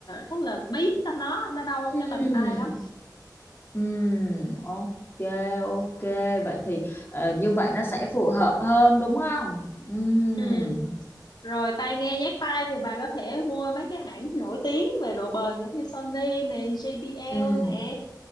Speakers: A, on the left; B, on the left.
A: rất là bí trong đó, nó đau
B: Ừm,
A: cái vành tai lắm.
B: ừm, ok ok vậy thì ờ, như vậy nó sẽ phù hợp hơn đúng không Ừm,
A: Ừ. Rồi tai nghe nhét tai thì bà có thể mua mấy cái hãng nổi tiếng về độ bền giống như Sony nè, JBL
B: ừm,
A: nè,